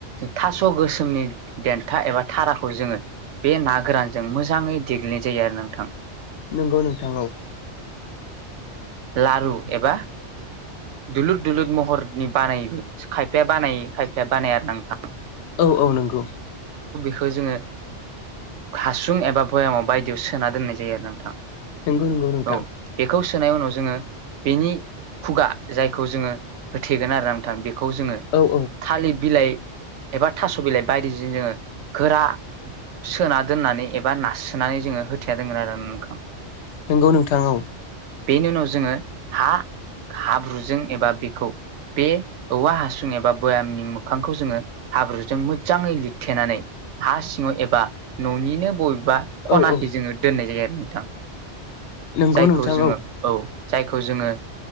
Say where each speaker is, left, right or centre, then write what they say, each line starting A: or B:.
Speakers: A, on the right (about 80°); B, on the left (about 75°).
A: थास' गोसोमनि देन्था एबा थाराखौ जोङो बे ना गोरानजों मोजाङै दे ग्लिनाय जायो आरो नोंथां।
B: नोंगौ नोंथां औ।
A: लारु एबा दुलुर दुलुर महरनि बानायोबो खायफाया बानायो खायफाया बानाया आरो ना नोंथां।
B: औ औ नोंगौ।
A: खौ जोङो हासुं एबा भयामाव बायदियाव सोना दोननाय जायो आरो ना नोंथां।
B: नोंगौ नोंगौ नोंथां।
A: औ बेखौ सोनाय उनाव जोङो बेनि खुगा जायखौ जोङो होथेगोन आरो ना नोंथां बे खौ जोङो
B: औ औ
A: थालिर बिलाइ एबा थास' बिलाइ बायदिजों जोङो गोरा सोना दोननानै एबा नाससोनानै जोङो होथेना दोनगोन आरो आ नों
B: नोंगौ नोंथां औ।
A: बेनि उनाव जोङो हा हाब्रुजों एबा बेखौ बे औवा हासुं एबा बयामनि मोखांखौ जोङो हाब्रुजों मोजाङै लिरथेनानै हा सिङाव एबा न'निनो बय बा खनाखि
B: औ औ
A: जोङो दोननाय जायो आरो नोंथां
B: नंगौ
A: जायखौ
B: नोंथां
A: जोङो औ जायखौ जोङो